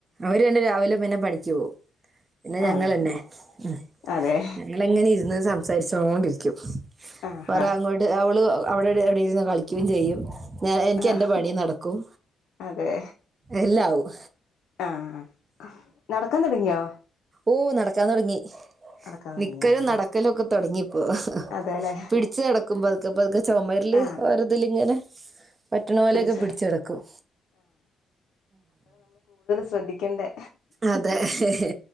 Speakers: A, on the right (about 35°); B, on the left (about 75°).
A: അവര് രണ്ട് രാവിലെ പിന്നെ പണിക്ക് പോവും പിന്നെ ഞങ്ങെന്നെ
B: ആഹ്
A: ഉ
B: അതെ
A: ഞങ്ങൾ എങ്ങനെ ഇരുന്ന് സംസാരിച്ചോണ്ടിരിക്കും
B: ആഹാ
A: വേറെ അങ്ങോട്ട് അവള് അവിടെ എവിടെയിരുന്ന് കളിക്കുകയും ചെയ്യും ഞാൻ എനിക്ക്
B: ആഹ്
A: എന്റെ പണി നടക്കും
B: അതെ
A: എല്ലാവും
B: ആഹ് നടക്കാൻ തുടങ്ങിയോ
A: ഓ നടക്കാൻ തുടങ്ങി
B: നടക്കാൻ തുടങ്ങിയാ
A: നിക്കലും നടക്കലൊക്കെ
B: ആ
A: തുടങ്ങിപ്പോ
B: അതെല്ലെ
A: പിടിച്ചു നടക്കുമ്പൊ പതുക്കെ പതുക്കെ ചുമരില്
B: ആഹ്
A: വർതില് ഇങ്ങനെ പറ്റണ പോലെയൊക്കെ
B: പിടിച്ചോ
A: പിടിച്ചെടക്കും
B: ശ്രദ്ധിക്കേണ്ടേ?
A: അതെ ഹെ ഹെ